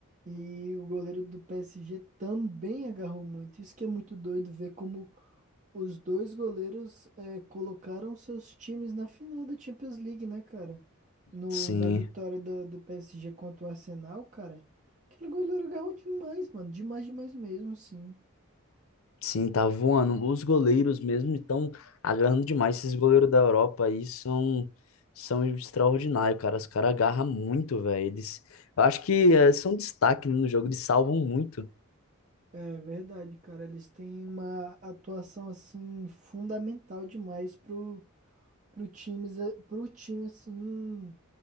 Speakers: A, on the right; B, on the left.
A: e o goleiro do PSG também agarrou muito. Isso que é muito doido ver como os dois goleiros eh, colocaram seus times na final da Champions League, né, cara? No,
B: Sim,
A: na vitória da- do PSG contra o Arsenal, cara. Aquele goleiro agarrou demais, mano. Demais, demais mesmo, sim.
B: sim, tá voando. Os goleiros mesmo estão agarrando demais, esses goleiros da Europa aí são são extraordinários, cara, os caras agarram muito, velho, eles, eu acho que eh, são destaque né, no jogo, eles salvam muito.
A: É verdade, cara. Eles têm uma atuação assim fundamental demais pro, pro times, eh, pro time assim.